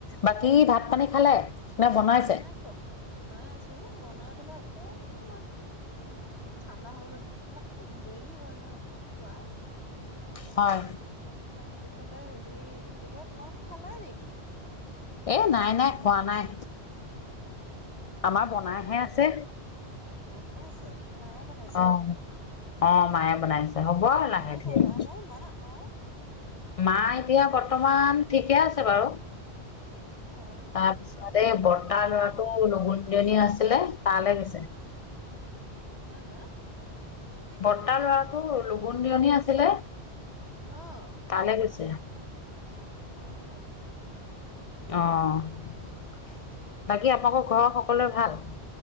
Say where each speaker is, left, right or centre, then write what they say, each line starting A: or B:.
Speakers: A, on the left; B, on the left.
A: বাকী ভাত পানী খালে? নে বনাইছে?
B: হে নাই খোৱা বনাই আছো বনাই পেলাই অকমান সময় উ মানে ঠাণ্ডা হ'বলৈ দেৰি হয় ন অকমান খোৱা।
A: হয়।
B: তাৰপিছতে হেৰি কি বুলি কয় তোমালোক খানাই নেকি?
A: এ নাই নাই খোৱা নাই।
B: অ
A: আমাৰ বনাহে আছে।
B: বনাই আছে মায়ে বনাইছে?
A: অ'। অ', মায়ে বনাইছে। হ'ব
B: মা
A: আৰু লাহে
B: কেনেকুৱ
A: ধীৰে।
B: যা মোৰ মা মা
A: মা এতিয়া বৰ্তমান ঠিকে আছে বাৰু।
B: অ
A: তাৰপিছত এই বৰ্তাৰ লৰাটো লগঘুনজনী আছিলে তালৈ গৈছে।
B: হা হা
A: বৰ্তাৰ লৰাটো লগুণ দিয়নী আছিলে।
B: অ
A: তালে গৈছে।
B: অ', তালে গৈছে।
A: অ'।
B: উম
A: বাকী আপোনালোকৰ
B: বা
A: ঘৰৰ সকলোৱে ভাল?